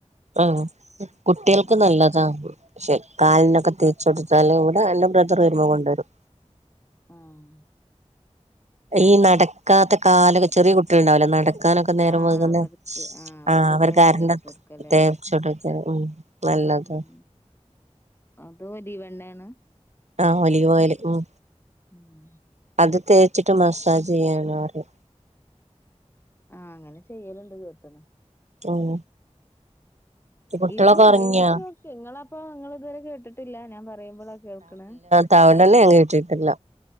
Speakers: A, on the right; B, on the left.
A: ആഹ് കുട്ട്യാൾക്ക്
B: ഉം
A: നല്ലതാ പക്ഷെ കാലിനൊക്കെ തേച്ചു കൊടുത്താല് ഇവിടെ എൻ്റെ ബ്രദർ വരുമ്പോ കൊണ്ട് വരും
B: ആഹ്
A: ഈ നടക്കാത്ത കാലൊക്കേ ചെറിയ കുട്ടികളുണ്ടാവൂലെ നട ക്കാനൊക്കെ നേരം
B: ആഹ്
A: വൈകുന്നേ
B: അവർക്ക് അവർക്കൊക്കെ
A: ആഹ് അവര് കറന്റ്
B: തേച്ച് കൊടുക്കല്ലേ
A: ചുട്ടൊക്കേ ഉം നല്ലതാ
B: ഉം അത് ഒലിവെണ്ണയാണ്
A: ആഹ് ഒലിവോയില് ഉം
B: ഉം
A: അത് തേച്ചിട്ട് മസാജ് ചെയ്യാണ് അവര്
B: ആഹ് അങ്ങനെ ചെയ്യലിണ്ട് കേക്കണ്
A: ഉം കുട്ടികളൊക്കെ
B: ഇത് ഉപയോഗിച്ചു
A: ഉറങ്ങിയാ
B: നോക്ക് നിങ്ങള് അപ്പ നിങ്ങള് ഇതുവരെ കേട്ടിട്ടില്ല ഞാൻ പറയുമ്പോളാ കേൾക്കണേ
A: തവണേണ്ണ ഞാൻ കേട്ടിട്ടില്ല